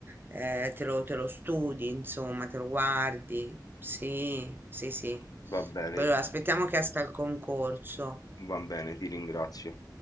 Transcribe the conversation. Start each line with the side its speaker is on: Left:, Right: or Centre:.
Right: eh, te lo, te lo studi, insomma, te lo guardi. Sì, sì, sì.
Left: Va bene,
Right: Quello, aspettiamo che esca il concorso.
Left: va bene, ti ringrazio.